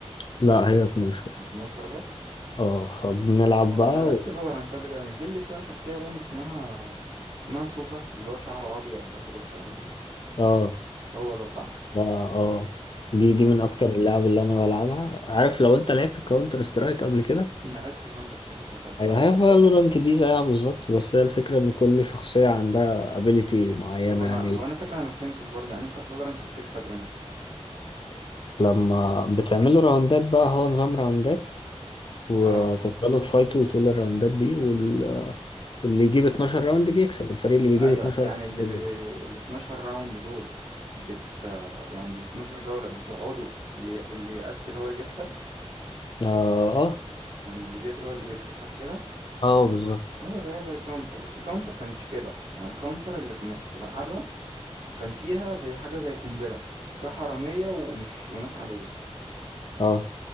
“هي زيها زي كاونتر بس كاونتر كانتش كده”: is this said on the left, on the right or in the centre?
Right